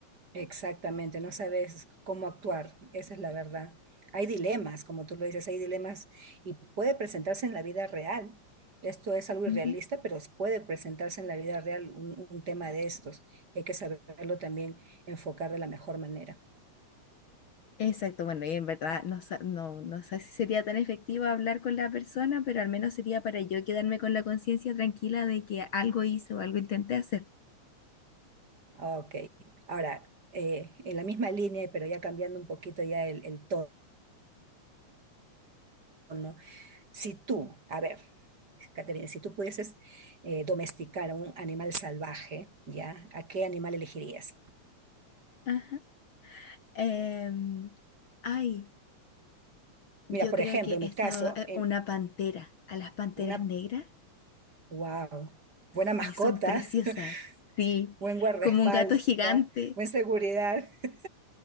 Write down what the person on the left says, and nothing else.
Ujú.
Exacto, bueno, y en verdad no, sa- no, no sé si sería tan efectivo hablar con la persona, pero al menos sería para yo quedarme con la conciencia tranquila de que algo hice o algo intenté hacer.
Ajá. Em, ay, yo
creo
que
esto
es
una pantera, a las panteras
negras.
Sí,
son preciosas. Sí,
como un gato gigante.